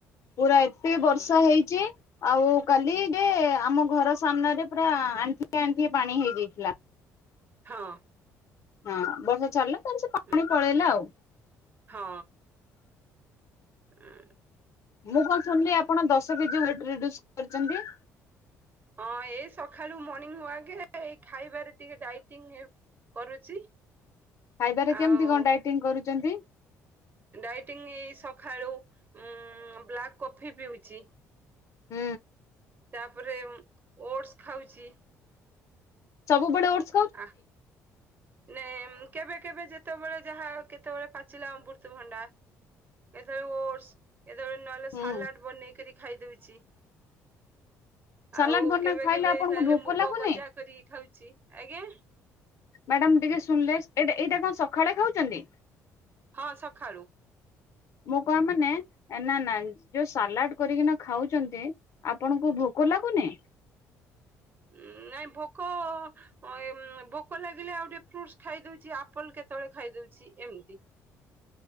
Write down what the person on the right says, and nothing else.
ଉଁ
ହଁ।
ଉଁ,
ହଁ। ଉଁ।
ହଁ ଏଇ ସକାଳୁ ମର୍ଣିଂ ୱଗେ ଏଇ ଖାଇବାରେ ଟିକେ ଡାଇଟିଙ୍ଗ୍ କରୁଛି।
ଆଉ
ଡାଇଟିଂ ଏଇ ସକାଳୁ ଉ ବ୍ଲାକ୍ କଫି ପିଉଛି।
ତାପରେ ଓଡସ୍ ଖାଉଛି।
ଆ ନାଇ କେବେ କେବେ ଯେତେବେଳେ ଯାହା କେତେବେଳେ ପାଚିଲା ଅମୃତଭଣ୍ଡା। ଏତେବେଳେ ଓଡସ୍ କେତେବେଳେ ନହେଲେ
ସାଲାଟ୍ ବନେଇକିରି ଖାଇଦଉଚି।
ଆଉ
କେବେ
କେବେ
ତାହେଲେ
ମୁଗ
ଗଜା କରି ଖାଉଛି ଆଜ୍ଞା?
ହଁ ସକାଳୁ।
ଉଁ ନାଇଁ ଭୋକ ଅ ଏ ଭୋକ ଲାଗିଲେ ଆଉ ଟିକେ ଫ୍ରୁଡ୍ସ ଖାଇଦଉଛି ଆପଲ୍ କେତେବେଳେ ଖାଇ ଦଉଛି ଏମିତି।